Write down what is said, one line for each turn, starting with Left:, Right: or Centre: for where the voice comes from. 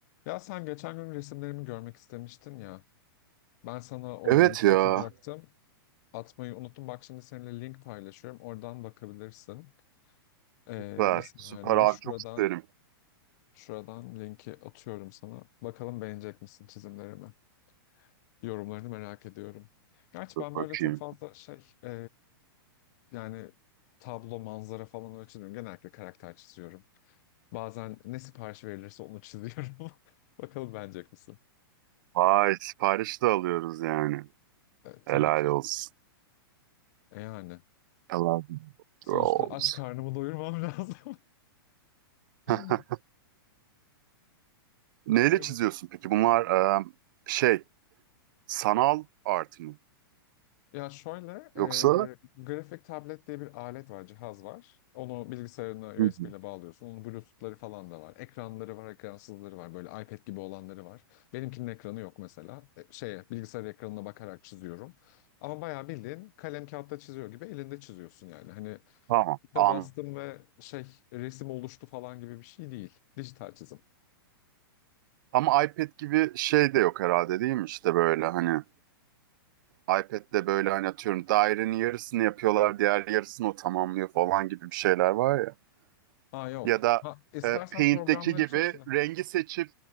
Left: Ya sen geçen gün resimlerimi görmek istemiştin ya. Ben sana o
Right: Evet
Left: linki
Right: ya.
Left: atacaktım. Atmayı unuttum. Bak şimdi seninle link paylaşıyorum. Oradan bakabilirsin. Ee,
Right: Süper.
Left: bir saniye
Right: Süper abi
Left: şuradan
Right: çok isterim.
Left: şuradan linki atıyorum sana. Bakalım beğenecek misin çizimlerimi? Yorumlarını merak ediyorum. Gerçi
Right: Dur
Left: ben
Right: bakayım.
Left: böyle çok fazla şey ee, yani tablo, manzara falan öyle çizmiyorum. Genellikle karakter çiziyorum. Bazen ne sipariş verilirse onu çiziyorum. <laughs> Bakalım beğenecek misin?
Right: Vay sipariş de alıyoruz yani.
Left: Ee, tabii
Right: Helal
Left: ki.
Right: olsun.
Left: E yani.
Right: Helal
Left: Sonuçta
Right: olsun.
Left: aç karnımı doyurmam lazım. <laughs>
Right: <laughs> Neyle
Left: Öyle.
Right: çiziyorsun peki? Bunlar e, şey sanal art mı?
Left: Ya şöyle,
Right: Yoksa?
Left: e, grafik tablet diye bir alet var, cihaz var. Onu bilgisayarına
Right: Hı hı.
Left: USB ile bağlıyorsun. Onun Bluetooth'ları falan da var. Ekranları var, ekransızları var. Böyle iPad gibi olanları var. Benimkinin ekranı yok mesela. E, şeye, bilgisayar ekranına bakarak çiziyorum. Ama bayağı bildiğin kalem kağıtta çiziyor gibi elinde çiziyorsun yani. Hani
Right: Tamam. An
Left: de bastım ve şey resim oluştu falan gibi bir şey değil. Dijital çizim.
Right: Ama iPad gibi şey de yok herhalde değil mi? İşte böyle hani iPad'de böyle hani atıyorum dairenin yarısını yapıyorlar diğer yarısını o tamamlıyor falan gibi bir şeyler var ya.
Left: Ha yok.
Right: Ya da
Left: Ha, istersen
Right: e, Paint'teki
Left: programlar
Right: gibi
Left: içerisinde.
Right: rengi seçip